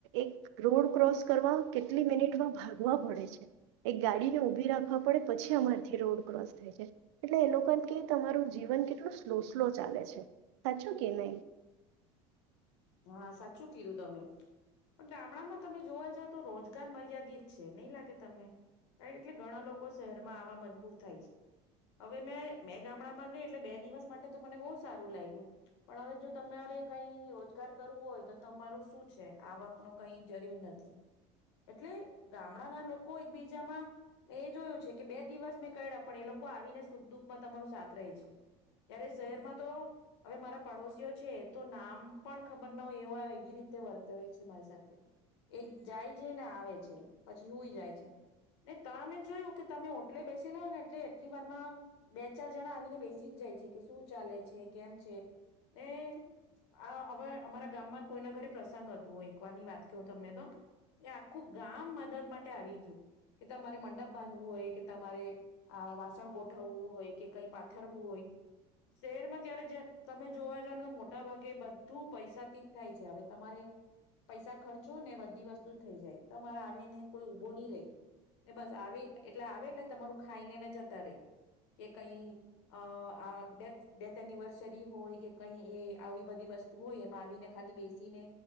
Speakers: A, on the right; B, on the left.
A: એક રોડ ક્રોસ કરવા કેટલી મિનિટમાં ભાગવા પડે છે એક ગાડીને ઉઊભી રાખવા પડે પછી અમારેથી રોડ ક્રોસ થાય છે એટલે એ લોકો એમ કે તમારું જીવન કેટલું સ્લો સ્લો ચાલે છે સાચું કે નહી
B: હા સાચું કીધું તમે પણ ગામડામાં તમે જોવા જાવ તો રોજગાર મર્યાદિત છે નહી લાગે તમને એટલે ઘણા લોકો શહેરમાં આવા મજબૂર થાય છે હવે મેં મેં ગામડામાં ગઈ એટલે બે દિવસ માટે તો મને બહુ સારું લાગ્યું પણ હવે જો તમારે કઈ સ્વી કરવો હોય તો તમારું શું છે આ વાક ન કઈ જરિયો જ નથી એટલે ગામડાના લોકો એકબીજામાં મે એ જોયું છે કે બે દિવસ મેં ક પણ એ લોકો આવીને સુખ દુખમાં તમારું સાથ રહે છે ત્યારે શહેરમાં તો હવે મારા પડોશીઓ છે તો નામ પણ ખબર ના હો એ એવી રીતે વર્તે હોય છે મારી સાથે એ જાય છે ને આવે છે પછી હોઈ જાય છે ને તમે જોયું કે તમે ઓટલે બેસી લાવો ને એટલે એટલી વારમાં બે ચાર જણા આવીને બેસી જ જાય છે કે શું ચાલે છે કેમ છે ને આ હવે અમારા ગામમાં કોઈના ઘરે પ્રસંગ હતું હોય એકવાર ની વાત કું તમને તો એ આખું ગામ મદદ માટે આવી ગયું કે તમારે મંડપ બાંધવું હોય કે તમારે વાસણ આ ગોઠવવું હોય કે કઈ પાથરવું હોય શહેરમાં ત્યારે તમે જોવા જને તો મોટા ભાગે બધું પૈસાથી જ થાય છે હવે તમારે પૈસા ખર્ચો ને બધી વસ્તુ થઈ જાય તમારે આવીને કોઈ ઊભો નહી રે ને બસ આવે એટલે આવે એટલે તમારું ખાઈને ને જતા રે કે કઈ અ આ ડેથ ડેથ એનિવર્સરી હોય કે કઈ એ આવી બધી વસ્તુ હોય એમ આવીને ખાલી બેસીને